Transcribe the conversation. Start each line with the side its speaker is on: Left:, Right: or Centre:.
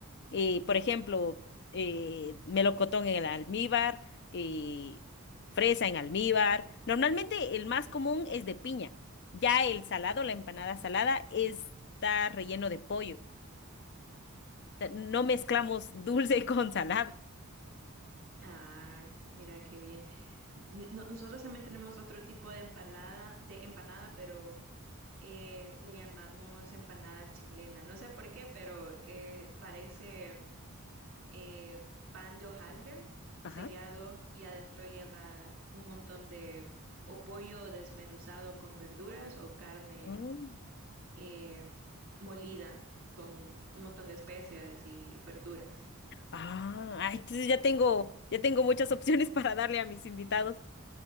Left: Eh, por ejemplo, eh, melocotón en el almíbar, eh, fresa en almíbar. Normalmente el más común es de piña. Ya el salado, la empanada salada, está relleno de pollo. O sea, no
Right: Mm.
Left: mezclamos dulce <laughs> con salado.
Right: Ah, mira qué bien. N- no- nosotros también tenemos otro tipo de empalada, de empanada, pero eh, le llamamos empanada chilena. No sé por qué, pero eh, parece. eh, pan de hojaldre
Left: Ajá.
Right: sellado y adentro lleva un montón de o pollo desmenuzado con verduras o carne
Left: Mm.
Right: eh, molida con un montón de especias y verduras.
Left: Ah, ay, entonces ya tengo, ya tengo muchas opciones <laughs> para darle a mis invitados.